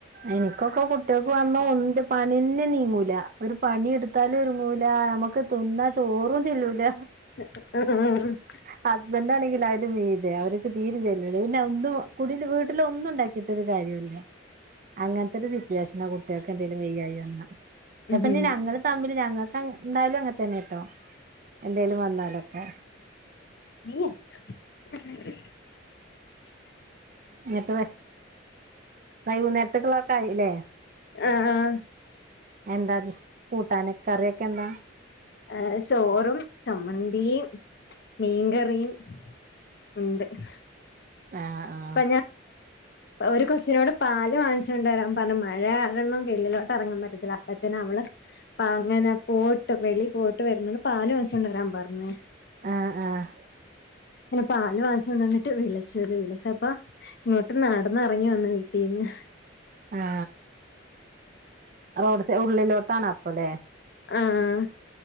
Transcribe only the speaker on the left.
<unintelligible>
ഉം
ഇ.
ആഹ്, ആ.
ഏ ചോറും, ചമ്മന്തീം മീൻകറീം. <unintelligible>
ഇപ്പൊ ഞാൻ ഒരു കൊച്ചിനോട് പാല് വാങ്ങിച്ചോണ്ടരാൻ പറഞ് മഴ കാരണം വെളിലോട്ട് എറങ്ങാൻ പറ്റത്തില്ല അപ്പത്തെന് അവള്. അപ്പ അങ്ങനെ പോയിട്ട് വെളി പോയിട്ട് വരുന്നണ്ട് പാല് വാങ്ങിച്ചോണ്ടരാൻ പറഞ്ഞേ.
പിന്നെ പാല് വാങിച്ചോണ്ടന്നിട്ട് വിളിച്ച്. വിളിച്ചപ്പ. ഇങ്ങോട്ട് നടന്ന് എറങ്ങി വന്ന് വീട്ടിന്ന്.
ആഹ്